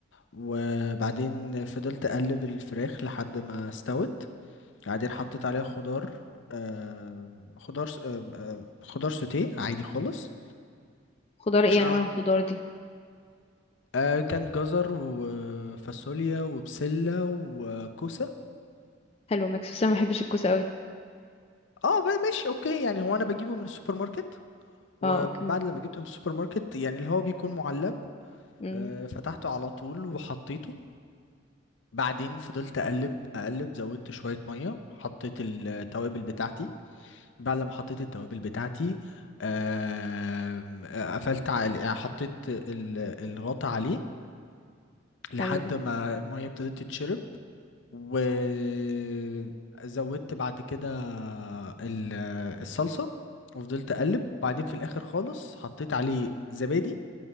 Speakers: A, on the left; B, on the left.
A: وبعدين فضلت اقلب الفراخ لحد ما استوت بعدين حطيت عليها خضار آه، خضار س- آه، آه، خضار سوتيه عادي خالص
B: خضار ايه
A: ش-
B: انواع الخضار دي
A: آه، كان جزر وفاصوليا وبسله وكوسه
B: حلو ميكس بس انا ما بحبش الكوسه قوي
A: اه ب- ماشي اوكي يعني هو انا بجيبه من السوبر ماركت وبعد
B: اه اوكي
A: لما جبته من السوبر ماركت يعني اللي هو بيكون معلب
B: مم.
A: آه، فتحته على طول وحطيته بعدين فضلت اقلب اقلب زودت شوية مية حطيت التوابل بتاعتي بعد لما حطيت التوابل بتاعتي آم، آه، قفلت على يعني حطيت ال- الغطا عليه لحد
B: حلو ده
A: ما المية ابتدت تتشرب وزودت بعد كده ال- الصلصة وفضلت اقلب بعدين في الاخر خالص حطيت عليه زبادي